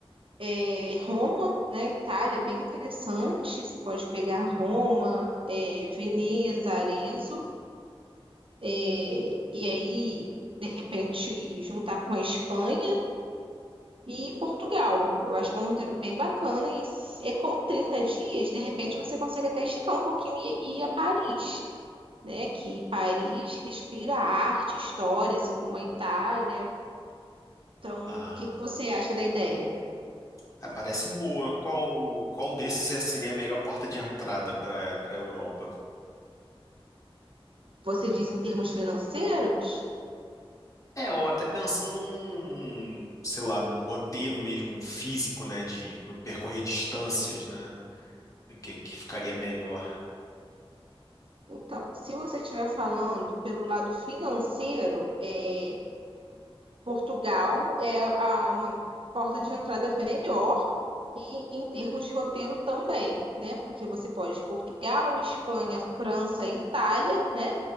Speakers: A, on the right (about 65°); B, on the left (about 35°).
A: é, Roma, né? Itália, é bem interessante. Você pode pegar Roma, é, Veneza, Arezzo, é, e aí de repente juntar com a Espanha e Portugal. Eu acho que é um roteiro bem bacana e se- é como 30 dias, de repente você consegue até esticar um pouquinho e e ir a Paris. Né, que Paris respira arte, história, assim como a Itália, Então,
B: Ah,
A: o que que você acha da ideia?
B: ah, parece boa. Qual, qual desses é, seria a melhor porta de entrada para para a Europa?
A: Você diz em termos financeiros?
B: É, ou até pensando num, num, sei lá, num roteiro mesmo físico, né, de percorrer distâncias, né? O que, que ficaria melhor?
A: Então, se você estiver falando pelo lado financeiro, é, Portugal é a- uma porta de entrada melhor e em termos de roteiro também, né? Porque você pode ir Portugal, Espanha, França, Itália, né?